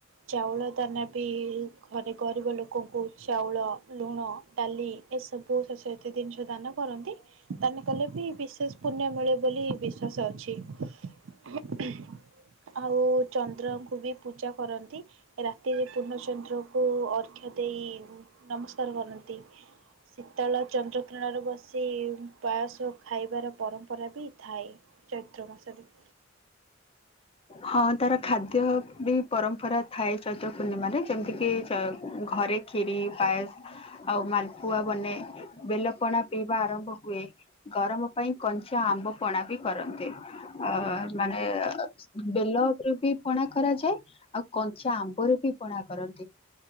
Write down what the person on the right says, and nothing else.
ଚାଉଳ <unintelligible> ବି ଘରେ ଗରିବ ଲୋକଙ୍କୁ ଚାଉଳ ଲୁଣ ଡାଲି ଏସବୁ ଶସ୍ୟ କେତେ ଜିନିଷ ଦାନା କରନ୍ତି ଦାନ କଲେ ବି ବିଶେଷ ପୁଣ୍ୟ ମିଳେ ବୋଲି ବିଶ୍ଵାସ ଅଛି। ଆଉ ଚନ୍ଦ୍ରଙ୍କୁ ବି ପୂଜା କରନ୍ତି। ରାତିରେ ପୂର୍ଣ୍ଣଚନ୍ଦ୍ରକୁ ଅର୍କ୍ଷ ଦେଇ ନମସ୍କାର କରନ୍ତି। ଶୀତଳ ଚନ୍ଦ୍ରକିରଣରେ ବସି ପାାୟସ ଖାଇବାର ପରମ୍ପରା ବି ଥାଏ। ଚୈତ୍ର ମାସରେ।